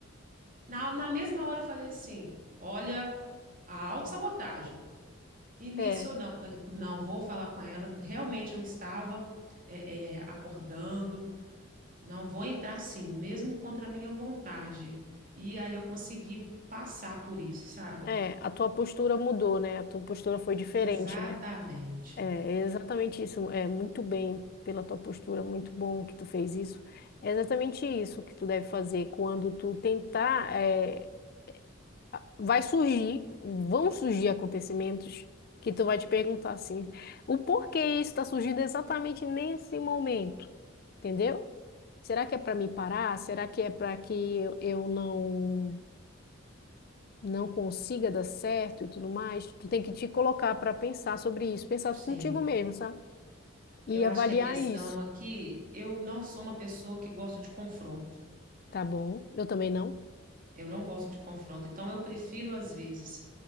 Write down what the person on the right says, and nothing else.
na, na mesma hora eu falei assim, olha, a autossabotagem. E nisso
eu não, não vou falar com ela, realmente eu estava é, é, acordando, não vou entrar assim, mesmo contra a minha vontade. E aí eu consegui passar por isso, sabe?
Exatamente.
Sim.
Eu acho
que a questão
aqui, eu não sou uma pessoa que gosto de confronto.
Eu não gosto de confronto. Então, eu prefiro, às vezes,